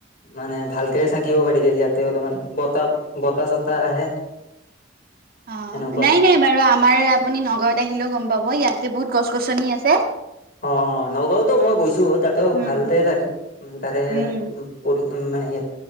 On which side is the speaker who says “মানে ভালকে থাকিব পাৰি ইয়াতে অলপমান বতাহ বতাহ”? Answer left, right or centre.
Left